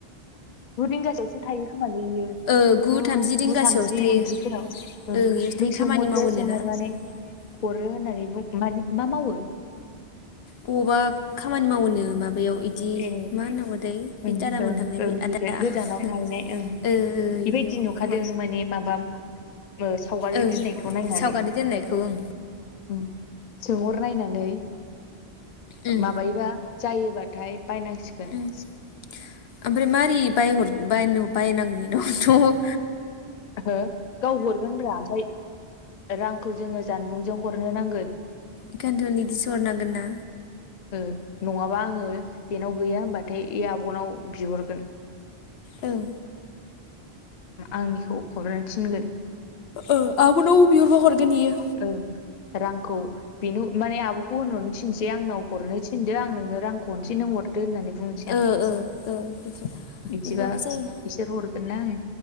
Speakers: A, on the left; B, on the left.
A: गु रिंगासोआवसो थायो खोमालै बियो
B: ओ
A: गु
B: थामजि रिंगासोआवसो
A: गु थामजि
B: थायो
A: इदिफोराव। उम
B: ओं इयावसो थायो
A: नों
B: खामानि
A: सोंहरदो
B: मावोनो
A: सोंहरनानै
B: ना उम
A: हरो होननानै बुं मानि मा मावो?
B: अबावबा खामानि मावोनो माबायाव इ दि
A: ए
B: मा होननांगौथाय
A: ओं
B: इटारामन
A: ओं
B: थांनाय
A: ओं
B: बि
A: बुजिबाय
B: आदाया
A: गोजानाव
B: ओ
A: थाहैनाय ओं
B: ओ
A: बेबायदि
B: इयाव
A: नुखादों
B: खोमा।
A: माने माबा ओ सावगारि
B: ओं
A: दोननायखौ नायनानै
B: सावगारि दोननायखौ ओं।
A: उम सोंहरनायनानै
B: उम
A: माबायोबा जायोबाथाय बायनांसिगोन।
B: <inaudible> ओमफ्राय मारै बायहर बायनो बायनांगौ इनावथ'?
A: हो गाव हरगोनब्रा ओमफाय रांखौ जोङो जानबुंजों हरनो नांगोन।
B: इखायन्थ' इदिसो हरनांगोनना।
A: ओ नङाबा आङो बेनाव गैया होमबाथाय ए आब'नाव बिहरगोन।
B: ओं।
A: आंनिखौ हरनो थिनगोन।
B: ओ आब'नावबो बिहरबा हरगोन इयो।
A: ओंओ रांखौ बिनु माने आब'खौ होनहरनो थिनसै आंनाव हरनो थिनदो आं नोंनो रांखौ हरनोसै नों हरदो होननानै बुं
B: ओ ओ ओ बिदि
A: बिदिबा
B: बिदिबाबो जायो ना
A: बिसोर हरगोन ना आं